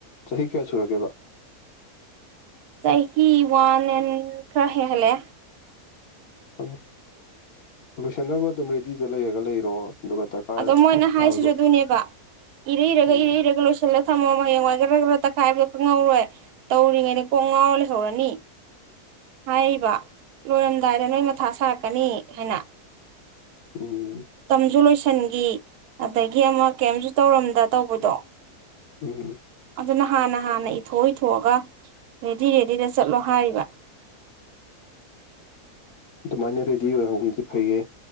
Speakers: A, on the left; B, on the right.
A: ꯆꯍꯤ ꯀꯌꯥ ꯁꯨꯔꯒꯦꯕ
B: ꯆꯥꯏ ꯍ ꯋꯥꯟ ꯑꯦꯟ ꯈꯔ ꯍꯦ ꯍꯜꯦ
A: ꯍꯣꯏꯅꯦ ꯂꯣꯏꯁꯟꯅꯕ ꯑꯗꯨꯝ ꯔꯦꯗꯤꯗ ꯂꯩꯔꯒ ꯂꯩꯔꯣ ꯑꯗꯨꯒ ꯗꯔꯀꯥꯔ
B: ꯑꯗ ꯃꯣꯏꯅ ꯍꯥꯏꯁꯤꯁꯨ
A: ꯑ ꯂꯣ
B: ꯑꯗꯨꯅꯦꯕ ꯏꯔꯩꯔꯒ
A: ꯎꯝ
B: ꯏꯔꯩꯔꯒ ꯂꯣꯏꯁꯤꯜꯂ ꯊꯝꯃ ꯍꯌꯦꯡꯋꯥꯏ ꯈꯗ꯭ꯔꯥ ꯈ꯭ꯔꯥ ꯇꯛꯈꯥꯏꯕꯗꯣ ꯈꯪꯍꯧꯔꯣꯏ ꯇꯧꯔꯤꯉꯩꯗ ꯀꯣꯛ ꯉꯥꯎꯔ ꯂꯩꯍꯧꯔꯅꯤ ꯍꯥꯏꯔꯤꯕ ꯂꯣꯏꯔꯝꯗꯥꯏꯗ ꯅꯣꯏ ꯃꯊꯥ ꯁꯥꯔꯛꯀꯅꯤ ꯍꯥꯏꯅ
A: ꯎꯝ
B: ꯇꯖꯨ ꯂꯣꯏꯁ ꯁꯟꯒꯤ ꯑꯗꯒꯤ ꯑꯃ ꯀꯔꯤꯝꯁꯨ ꯇꯧꯔꯝꯗ ꯇꯧꯕꯗꯣ
A: ꯎꯝ
B: ꯑꯗꯨꯅ ꯍꯥꯟꯅ ꯍꯥꯟꯅ ꯏꯊꯣꯛ ꯏꯊꯣꯛꯑꯒ ꯔꯦꯗꯤ ꯔꯦꯗꯤꯗ ꯆꯠꯂꯣ ꯍꯥꯏꯔꯤꯕ
A: ꯑꯗꯨꯃꯥꯏꯅ ꯔꯦꯗꯤ ꯑꯣꯏꯍꯧꯕꯅꯗꯤ ꯐꯩꯌꯦ